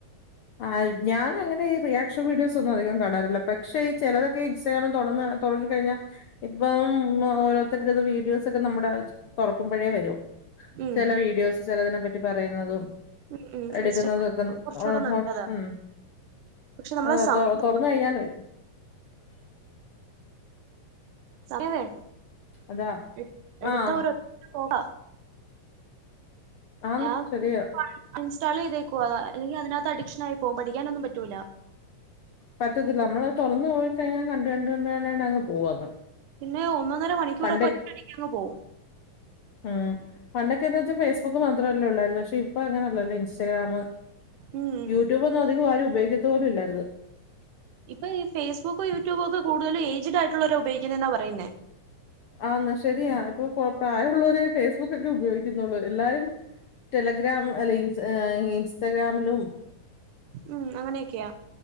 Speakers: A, on the left; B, on the right.
A: ആ ഞാനങ്ങനെ ഈ റിയാക്ഷൻ വീഡിയോസ് ഒന്നും അധികം കാണാറില്ല പക്ഷെ ഈ ചിലതൊക്കെ ഇൻസ്റ്റഗ്രാമിൽ തുടന്നാ തുടങ്ങി കഴിഞ്ഞാൽ ഇപ്പം ഓരോരുത്തരുടെത് വീഡിയോസൊക്കെ നമ്മുടെ തുറക്കുമ്പോഴേ വരും
B: ഉം.
A: ചില വീഡിയോസ് ചിലതിനെ പറ്റി പറയുന്നതും
B: ഉം ഉം.
A: എടുക്കുന്നതും
B: ഇൻസ്റ്റാഗ്രാം
A: ഒക്കെ
B: കുറച്ചുകൂടെ നല്ലതാ.
A: ഉം
B: പക്ഷെ നമ്മളെ
A: ആ
B: സമയം
A: തുറന്ന് കഴിഞ്ഞാൻ വരും
B: <unintelligible>
A: അതാ
B: എടുത്താ
A: ആഹ്
B: ഒരു ഒറ്റ പോക്കാ
A: ആന്ന്
B: ഞാൻ
A: ശരിയാ
B: അൺഇൻസ്റ്റാള് ചെയ്തേക്കാ അല്ലെങ്കിൽ അതിനകത്ത് അഡിക്ഷൻ ആയി പോം പഠിക്കാനൊന്നും പറ്റൂല്ല
A: പറ്റത്തില്ല നമ്മളത് തൊറന്ന് പോയി കഴിഞ്ഞാ കണ്ട കണ്ട് കണ്ട് അങ്ങ് പോ അങ്ങ്
B: പിന്നെ ഒന്നൊന്നര മണിക്കൂറൊക്കെ
A: പണ്ട്
B: ഒറ്റടിക്ക്ങ്ങ് പോം
A: ഉം പണ്ടൊക്കെന്ന് വെച്ചാ ഫേസ്ബുക്ക് മാത്രൊല്ലേ ഒള്ളാര്ന്ന് ഷിപ്പങ്ങനല്ലല്ലോ ഇൻസ്റ്റഗ്രാമ്
B: ഉം.
A: യൂട്യൂബൊന്നും അധികം ആരും ഉപയോക്കത്ത് പോലുല്ലാര്ന്ന്
B: ഇപ്പ ഈ ഫേസ്ബുക്കും യൂട്യൂബൊക്കെ കൂടുതലും ഏയ്ജിഡായ്ട്ടുള്ളോരാ ഉപയോക്കിന്നേന്നാ പറയുന്നേ
A: ആന്ന് ശരിയാ ഇപ്പം പ്രായൊള്ളോരെ ഫേസ്ബുക്കൊക്കെ ഉപയോഗിക്കുന്നുള്ളൂ എല്ലാരും ടെലഗ്രാം അല്ലെ ഇൻസ്റ്റഗ്രാമിലും
B: ഉം അങ്ങനൊക്ക്യാ